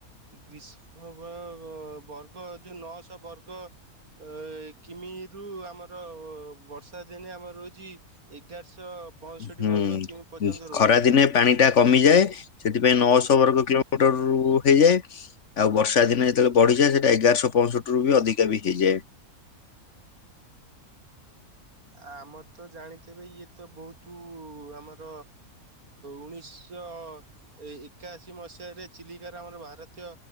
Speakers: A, on the right; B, on the left.
A: ଗ୍ରୀଷ୍ମ ବର୍ଗ ଯୋଉ ନଅଶହ ବ ବର୍ଗ ଅ କିମିରୁ ଆମର ବର୍ଷା ଦିନେ ଆମର ରହୁଛି। ଏଗାରଶହ ପଞ୍ଚଷଠି
B: ହୁଁ
A: ବର୍ଗ କିମି ପର୍ଯ୍ୟନ୍ତ ରହୁଛି।
B: ଖରା ଦିନେ ପାଣି ଟା କମିଯାଏ ସେଥିପାଇଁ ନଅଶହ ବର୍ଗ କିଲୋମିଟରରୁ ହିଁ - ହେଇଯାଏ ଆଉ ବର୍ଷା ଦିନ ଯେତେବେଳେ ବଢିଯାଏ ସେଇଟା ଏଗାରଶହ ପଞ୍ଚଷଠି ରୁ ବି ଅଧିକା ବି ହେଇଯାଏ। <inaudible>
A: ଆ ଆମର ତ ଜାଣିଥିବେ ଇଏ ତ ବହୁତ ଆମର। ଉଣୀଶ ଅ। ଏ ଏକାଅଶୀ ମସିହାରେ ଚିଲିକାର ଆମର ଭାରତୀୟ